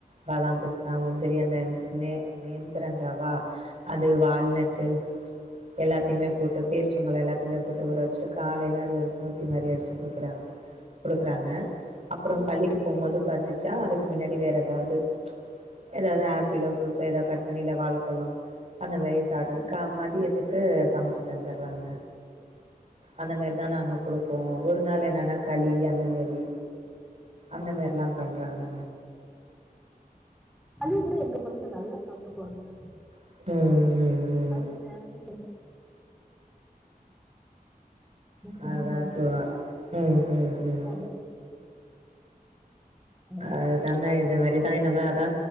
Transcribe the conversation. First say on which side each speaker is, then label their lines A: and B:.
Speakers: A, on the right; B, in the centre.
A: பாதாம் பிஸ் தெரிய அந்த நேன் நேந்திரங்கவா அது வால்நட்டு எல்லாத்தையுமே போட்டு பேரிச்சம்பலம் எல்லாத்தையுமே போட்டுஊற வச்சுட்டு காலைல அது ஒரு ஸ்மூத்தி மாரி அடிச்சி குடிக்கிறாங்க குடுக்குறாங்க அப்புறம்
B: ஆஹா
A: பள்ளிக்கு போம்போது பசிச்சா அதுக்கு முன்னாடி வேற எதாவ்து எதாவ்து ஆப்பிளோ ப்ரூட்ஸ்சோ எதோ கட் பண்ணியோ இல்ல வாழப்பழொ அந்த மாரி சாருக்க
B: அந்த மாதிரி
A: மதியத்துக் கு சமச்சு தந்துறாங்க அந்த மாரிதா நாங்க குடுப் ப்போ ஒரு நாள் என்னன்னா களி அந்த மெரி அந்த மேரில்லா பண்றாங்க
B: களிய கூட எங்க பசங்க நல்லா சாப்ட்டுப்பாங்கங்க
A: ம் ம் ம்.
B: களி வேணான் <unintelligible>
A: அதான் சுவா ம் ம் ம்.
B: <unintelligible> சொல்லுவாங்க.
A: அதுதாங்க இத மாரிதா இன்னம அதா